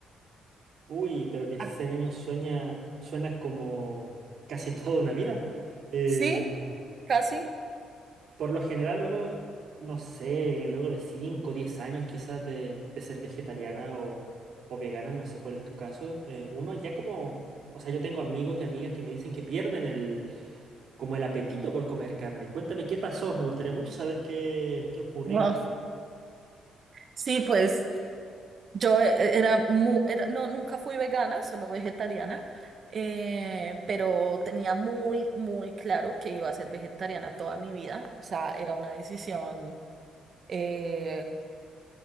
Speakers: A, on the right; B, on the right.
A: Uy, pero dieciséis
B: Ah,
A: años sueña, suena como casi toda una vida. Em,
B: Sí, casi.
A: Por lo general, luego, no sé, luego de 5, o 10 años quizás de, de ser vegetariana o, o vegana, no sé cuál es tu caso, eh, uno ya como, o sea, yo tengo amigos y amigas que me dicen que pierden el, como el apetito por comer carne. Cuéntame qué pasó, me gustaría mucho saber qué, qué ocurrió.
B: Wow. Sí, pues. Yo eh, era, mu- era- no, nunca fui vegana, solo vegetariana, eh, pero tenía muy, muy claro que iba a ser vegetariana toda mi vida. O sea, era una decisión eh,